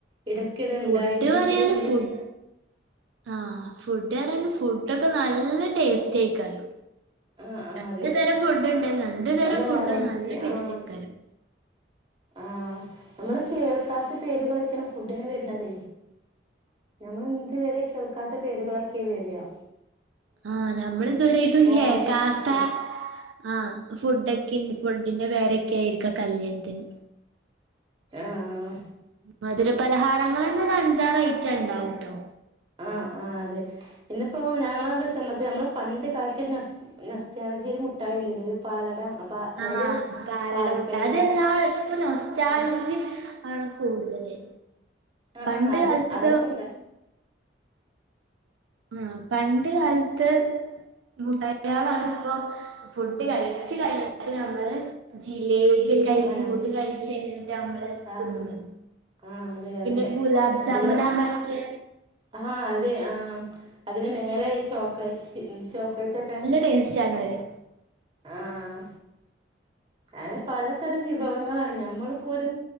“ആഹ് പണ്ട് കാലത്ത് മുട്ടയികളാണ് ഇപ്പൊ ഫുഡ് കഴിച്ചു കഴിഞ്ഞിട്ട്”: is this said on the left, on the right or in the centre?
Right